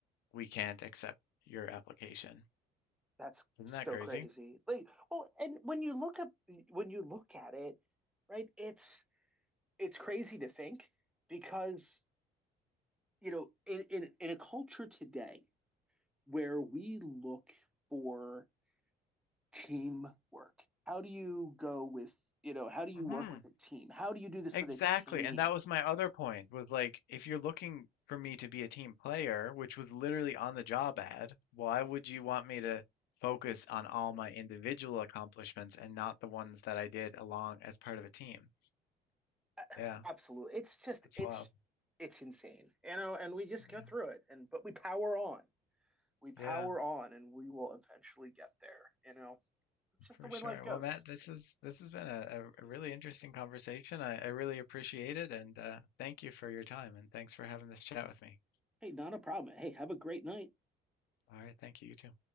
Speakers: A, on the left; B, in the centre.
A: we can't accept your application."
B: That's
A: Isn't
B: so
A: that crazy?
B: crazy. Like, well, and when you look up when you look at it, right, it's it's crazy to think because, you know, in in in a culture today where we look for teamwork, how do you go with, you know, how do you
A: hmm
B: work with a team? How do you do this
A: Exactly,
B: with a team?
A: and that was my other point was like if you're looking for me to be a team player, which was literally on the job ad, why would you want me to focus on all my individual accomplishments and not the ones that I did along as part of a team?
B: A-
A: Yeah,
B: Absolutely. It's just
A: that's
B: it's
A: wild.
B: it's insane. You know, and we just go
A: Yeah.
B: through it and but we power on. We power
A: Yeah,
B: on and we will eventually get there, you know. It's just
A: for
B: the way
A: sure.
B: life goes.
A: Well, Matt, this is this has been a, a a really interesting conversation. I, I really appreciate it and uh, thank you for your time and thanks for having this chat with me.
B: Hey, not a problem. Hey, have a great night.
A: All right, thank you, you too.